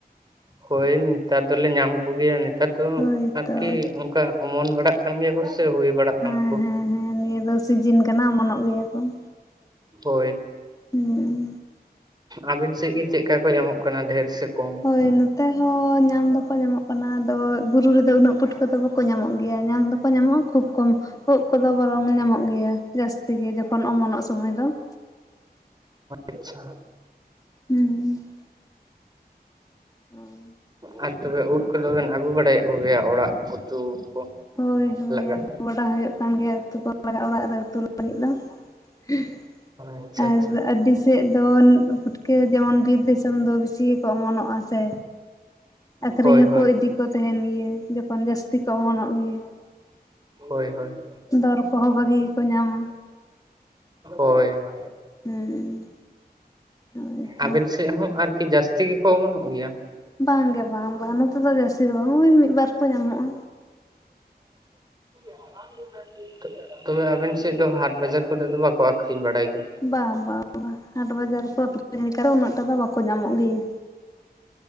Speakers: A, on the right; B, on the left.
A: ᱦᱳᱭ ᱱᱮᱛᱟᱨ ᱫᱚᱞᱮ ᱧᱟᱢ ᱠᱚᱜᱮᱭᱟ ᱱᱮᱛᱟᱨ ᱫᱚ
B: ᱦᱳᱭ
A: ᱟᱨᱠᱤ
B: ᱛᱚ
A: ᱠᱟ ᱚᱢᱚᱱ ᱵᱟᱲᱟᱜ ᱠᱟᱱ ᱜᱮᱭᱟ ᱠᱚ ᱥᱮ ᱦᱩᱭ ᱵᱟᱲᱟᱜ
B: ᱦᱟᱸ
A: ᱠᱟᱱᱟ ᱠᱚ
B: ᱦᱮᱸ ᱦᱮᱸ ᱱᱤᱭᱟᱹ ᱫᱚ ᱥᱤᱡᱤᱱ ᱠᱟᱱᱟ ᱚᱢᱚᱱᱚᱜ ᱜᱮᱭᱟ ᱠᱚ ᱾
A: ᱦᱳᱭ ᱾
B: ᱦᱩᱸ ᱾
A: ᱟᱵᱤᱱ ᱥᱮᱡ ᱜᱮ ᱪᱮᱜᱠᱟ ᱠᱚ ᱧᱟᱢᱚᱜ ᱠᱟᱱᱟ ᱰᱷᱮᱨ ᱥᱮ ᱠᱚᱢ?
B: ᱦᱳᱭ ᱱᱚᱛᱮ ᱦᱚᱸ ᱧᱟᱢ ᱫᱚᱠᱚ ᱧᱟᱢᱚᱜ ᱠᱟᱱᱟ ᱟᱫᱚ ᱵᱩᱨᱩ ᱨᱮᱫᱚ ᱩᱱᱟᱹᱜ ᱯᱩᱴ ᱠᱟᱹ ᱫᱚ ᱵᱟᱠᱚ ᱧᱟᱢᱚᱜ ᱜᱮᱭᱟ, ᱧᱟᱢ ᱫᱚᱠᱚ ᱧᱟᱢᱚᱜᱼᱟ ᱠᱷᱩᱵ ᱠᱚᱢ ᱾ ᱳᱜ ᱠᱚᱫᱚ ᱵᱚᱨᱚᱝ ᱧᱟᱢᱚᱜ ᱜᱮᱭᱟ ᱡᱟᱥᱛᱤ ᱜᱮ ᱡᱚᱠᱷᱚᱱ ᱚᱢᱚᱱᱚᱜ ᱥᱚᱢᱚᱭ ᱫᱚ ᱾
A: ᱟᱪᱪᱷᱟ
B: ᱦᱩᱸ ᱾ ᱦᱮᱸ ᱾
A: ᱟᱡ ᱛᱚᱵᱮ ᱩᱫ ᱠᱚᱫᱚ ᱵᱮᱱ ᱟᱜᱩ ᱵᱟᱲᱟᱭᱮᱜ ᱠᱚᱜᱮᱭᱟ ᱚᱲᱟᱜ ᱩᱛᱩ ᱠᱚ?
B: ᱦᱳᱭ ᱦᱳᱭ
A: ᱞᱟᱜᱟᱜ
B: ᱟᱜᱩ ᱵᱟᱰᱟ ᱦᱳᱭᱳᱜ ᱠᱟᱱ ᱜᱮᱭᱟ ᱩᱛᱩ ᱠᱚ ᱞᱟᱜᱟᱜ ᱚᱲᱟᱜ ᱨᱮ ᱩᱛᱩ ᱞᱟᱹᱜᱤᱫ ᱫᱚ ᱾ <inaudible>
A: ᱟᱪᱪᱷᱟ
B: ᱟᱨ
A: ᱟᱪᱪᱷᱟ
B: ᱟᱹᱰᱤ ᱥᱮᱫ ᱫᱚᱱ ᱩᱫ ᱯᱩᱴᱠᱟᱹ ᱡᱮᱢᱚᱱ ᱵᱤᱨ ᱫᱤᱥᱚᱢ ᱫᱚ ᱵᱤᱥᱤ ᱜᱮᱠᱚ ᱚᱢᱚᱱᱚᱜᱼᱟ ᱥᱮ ᱟᱠᱷᱨᱤᱧ
A: ᱦᱳᱭ
B: ᱦᱚᱸᱠᱚ
A: ᱦᱳᱭ
B: ᱤᱫᱤ ᱠᱚ ᱛᱮᱦᱮᱱ ᱜᱮᱭᱟ ᱡᱚᱠᱷᱚᱱ ᱡᱟᱥᱛᱤ ᱠᱚ ᱚᱢᱚᱱᱚᱜ ᱜᱮᱭᱟ ᱾
A: ᱦᱳᱭ ᱦᱳᱭ ᱾
B: ᱫᱚᱨ ᱠᱚᱦᱚᱸ ᱵᱷᱟᱹᱜᱤ ᱜᱮᱠᱚ ᱧᱟᱢᱟ ᱾
A: ᱦᱳᱭ ᱾
B: ᱦᱩᱸ ᱦᱳᱭᱛᱚ
A: ᱟᱵᱮᱱ ᱥᱮᱡ ᱦᱚᱸ ᱟᱨᱠᱤ ᱡᱟᱥᱛᱤ ᱜᱮᱠᱚ ᱚᱢᱚᱱᱚᱜ ᱜᱮᱭᱟ᱾
B: ᱵᱟᱝ ᱜᱮ ᱵᱟᱝ ᱵᱟᱝ ᱱᱚᱛᱮ ᱫᱚ ᱡᱟᱥᱛᱤ ᱫᱚ ᱵᱟᱝ ᱳᱭ ᱢᱤᱫᱵᱟᱨ ᱠᱚ ᱧᱟᱢᱚᱜ-ᱟ᱾
A: <inaudible> ᱛᱚᱵᱮ ᱟᱵᱮᱱ ᱥᱮᱡ ᱫᱚ ᱦᱟᱴ ᱵᱟᱡᱟᱨ ᱠᱚᱨᱮ ᱫᱚ ᱵᱟᱠᱚ ᱟᱠᱠᱷᱤᱨᱤᱧ ᱵᱟᱲᱟᱭ ᱜᱮ᱾
B: ᱵᱟᱝ ᱵᱟᱝ ᱵᱟᱝ ᱦᱟᱴ ᱵᱟᱡᱟᱨ ᱨᱮᱠᱚ ᱟᱠᱷᱨᱤᱧ ᱞᱮᱠᱷᱟᱡ ᱦᱚᱸ ᱩᱱᱟᱹᱜ ᱴᱟ ᱫᱚ ᱵᱟᱠᱚ ᱧᱟᱢᱚᱜ ᱜᱮᱭᱟ᱾